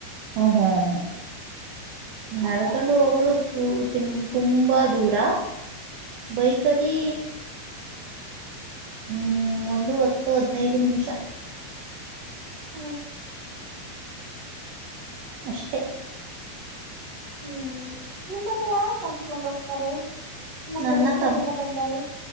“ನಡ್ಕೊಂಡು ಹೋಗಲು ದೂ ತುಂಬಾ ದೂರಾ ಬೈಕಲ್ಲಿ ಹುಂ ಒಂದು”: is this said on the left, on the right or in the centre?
Right